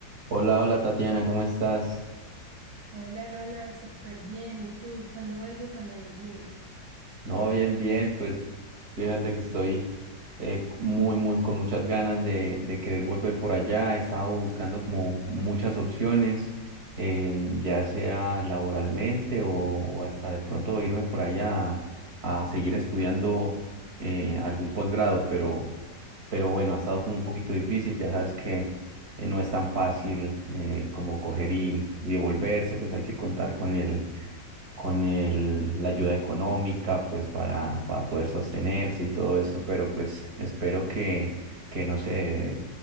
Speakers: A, on the right; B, on the right.
A: Hola, hola Tatiana, ¿cómo estás?
B: Hola Ronald, súper bien. ¿Y tú? ¿Cuándo vuelves a Medellín?
A: No, bien, bien, pues fíjate que estoy eh, muy, muy con muchas ganas de, de querer volver por allá. He estado buscando como muchas opciones, em, ya sea laboralmente o, o hasta de pronto irme por allá a, a seguir estudiando eh, algún posgrado, pero, pero bueno, ha estado como un poquito difícil, ya sabes que eh, no es tan fácil eh, como coger y, y devolverse, pues hay que contar con el con el, la ayuda económica, pues para, para poder sostenerse y todo esto, pero pues espero que, que no sé,